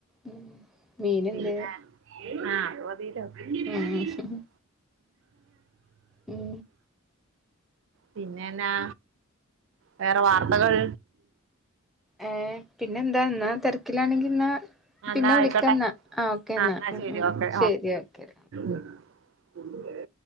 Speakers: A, in the centre; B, on the right.
A: ഉം മീന്ണ്ട്
B: പിന്നെ ആ അതു മതീല്ലോ
A: ഉം
B: <inaudible>
A: ഉം
B: പിന്നെന്നാ വേറെ വാർത്തകൾ
A: ഏഹ് പിന്നെ ന്താ ന്നാ തെരക്കിലാണെങ്കി ന്നാ
B: എന്നാ
A: പിന്നെ വിളിക്കന്നാ
B: ആയിക്കോട്ടെ
A: ആ ഓക്കെന്നാ
B: ആഹ് എന്നാ
A: ഉം
B: ശരി ഓക്കെ
A: ശരി ഓക്കെ
B: ഉം <inaudible>